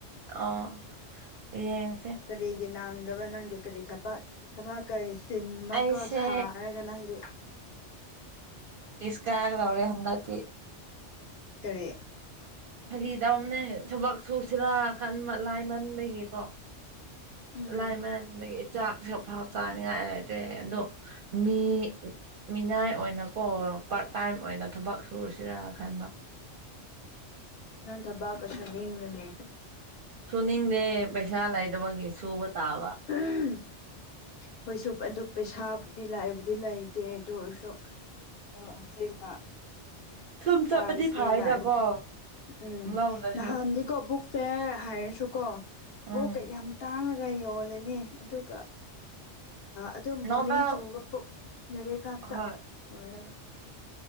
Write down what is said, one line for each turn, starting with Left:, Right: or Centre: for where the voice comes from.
Right: ꯑꯣ ꯌꯦꯡꯁꯦ꯫
Left: ꯀꯔꯤꯒꯤ ꯅꯪꯗꯕ ꯅꯪꯗꯤ ꯀꯔꯤ ꯊꯕꯛ ꯊꯕꯛ ꯀꯩ ꯆꯤꯟꯕꯀ
Right: ꯑꯩꯁꯦ
Left: ꯁꯥꯔꯒ ꯅꯪꯗꯤ꯫
Right: ꯏꯁ ꯀꯥꯒꯗꯧꯔꯦ ꯍꯟꯗꯛꯇꯤ꯫
Left: ꯀꯔꯤ?
Right: ꯐꯥꯒꯤꯗꯧꯕꯅꯦ ꯊꯕꯛ ꯁꯨꯁꯤꯔꯥ ꯈꯟꯕ ꯂꯥꯏ ꯃꯟꯕꯒꯤꯀꯣ꯫
Left: ꯎꯝ
Right: ꯂꯥꯏꯃꯟꯕꯒꯤ ꯆꯥꯛꯁꯐꯥꯎ ꯆꯥꯅꯤꯡꯉꯥꯏ ꯂꯩꯇ꯭ꯔꯦ ꯑꯗꯣ ꯃꯤ ꯃꯤꯅꯥꯏ ꯑꯣꯏꯅꯀꯣ ꯄꯥꯔꯠ ꯇꯥꯏꯝ ꯑꯣꯏꯅ ꯊꯕꯛ ꯁꯨꯔꯨꯁꯤꯔꯥ ꯈꯟꯕ꯫
Left: ꯅꯪ ꯊꯕꯥꯛꯀ ꯁꯨꯅꯤꯡꯕ꯭ꯔꯥꯅꯦ?
Right: ꯁꯨꯅꯤꯡꯗꯦ ꯄꯩꯁꯥ ꯂꯩꯗꯕꯒꯤ ꯁꯨꯕ ꯇꯥꯕ꯫
Left: ꯑꯍꯝ꯫ ꯍꯣꯏꯁꯨ ꯑꯗꯨ ꯄꯩꯁꯥꯕꯨꯗꯤ ꯂꯥꯛꯏꯕꯨꯗꯤ ꯂꯩꯇꯦ ꯑꯗꯨ ꯑꯣꯏꯔꯁꯨ꯫ ꯑꯣ ꯍꯧꯖꯤꯛꯇ
Right: ꯁꯨꯝ ꯆꯠꯄꯗꯤ
Left: ꯆꯥꯔꯁꯦꯅ
Right: ꯐꯥꯏꯗꯀꯣ
Left: ꯑꯩꯗꯤ ꯎꯝ
Right: ꯂꯧꯗ꯭ꯔꯁꯨ
Left: ꯅꯍꯥꯟꯗꯤ ꯀꯕꯨꯛꯁꯦ ꯍꯥꯏꯔꯁꯨꯀꯣ
Right: ꯎꯝ
Left: ꯎꯐ ꯀꯌꯥꯝ ꯇꯥꯡꯉꯒ ꯌꯣꯜꯂꯅꯤ ꯑꯗꯨꯒ ꯑꯗꯨꯝ ꯕꯣꯔꯤꯡ
Right: ꯅꯣꯕꯦꯜ
Left: ꯆꯨꯕꯕꯨ ꯂꯩꯔꯤꯛ ꯉꯥꯛꯇ
Right: ꯍꯣꯏ
Left: ꯑꯣꯏꯔꯒ꯫